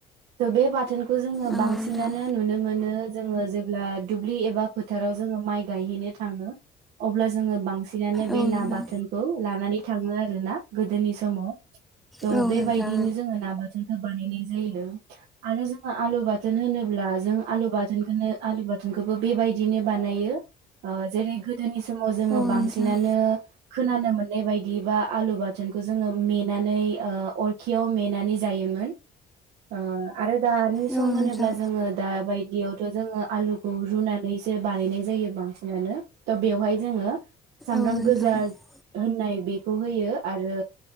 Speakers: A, on the right; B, in the centre.
A: त' बे बाथोनखौ जोङो
B: औ
A: बांसिनानो
B: नोंथां
A: नुनो मोनो जोङो जेब्ला दुब्लि एबा फोथाराव जोङो माइ गायहैनो थाङो अब्ला जोङो बांसिन नानो बे
B: औ
A: ना
B: नोंथां
A: बाथोनखौ लानानै थाङो आरो ना गोदोनि समाव त'
B: औ नोंथां औ औ
A: बेबायदिनो
B: नोंथां
A: जोङो ना बाथोनखौ बानायनाय जायो। आरो जोङो आलु बाथोन होनोब्ला जों आलु बाथोनखौनो आलु बाथोनखौबो बेबायदिनो बानायो ओ जेरै गोदोनि समाव जोङो
B: औ
A: बांसिन
B: नोंथां
A: सिनानो खोनानो मोननाय बायदि बा आलु बाथोनखौ जोङो मेनानै ओ अरखियाव मेनानै जायोमोन ओ आरो। दानि सम
B: औ नोंथां औ नोंथां औ नोंथां औ
A: होनोब्ला
B: नोंथां
A: जोङो दा बाय बेयावथ' जोङो आलुखौ रुनानैसो बानायनाय जायो बांसिनानो त' बेवहाय जोङो सामब्राम
B: औ
A: गोजा होननाय बेखौ होयो आरो